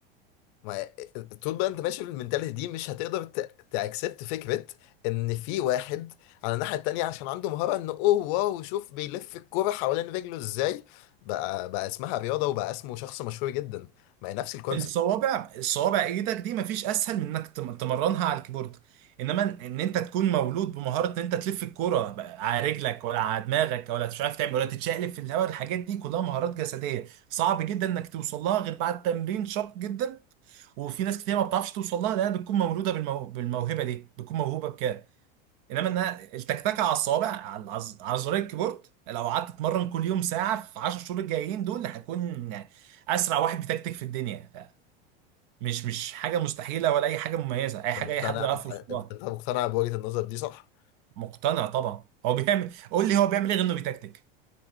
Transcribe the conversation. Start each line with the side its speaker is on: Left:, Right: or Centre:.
Left: ما طول بقى انت ماشي بالمنتاليتي دي مش هتقدر تاكسبت فكره ان في واحد على الناحيه التانيه عشان عنده مهاره ان اوه واو شوف بيلف الكوره حوالين رجله ازاي بقى بقى اسمها رياضه وبقى اسمه شخص مشهور جدا ما هي نفس الكونسيبت
Right: الصوابع الصوابع ايدك دي مفيش اسهل من انك تم- تمرنها على الكيبورد انما ان إن انت تكون مولود بمهاره ان انت تلف الكوره بقى على رجلك ولا على دماغك ولا مش عارف تعمل ولا تتشقلب في الهواء الحاجات دي كلها مهارات جسديه صعب جدا انك توصل لها غير بعد تمرين شاق جدا وفي ناس كتير ما بتعرفش توصل لها لانها بتكون مولوده بالمو... بالموهبه دي بتكون موهوبه انما انها التكتكه على الصوابع على العز- على زرار الكيبورد لو قعدت تتمرن كل يوم ساعه في 10 شهور الجايين دول هكون اسرع واحد بيتكتك في الدنيا ف- مش مش حاجه مستحيله ولا اي حاجه مميزه اي حاجه
Left: انت مقتنع
Right: اي حد يعرف
Left: انت
Right: يوصل
Left: انت
Right: لها
Left: أنت مقتنع بوجهه النظر دي صح؟
Right: مقتنع طبعا هو بيعمل قول لي هو بيعمل ايه غير انه بيتكتك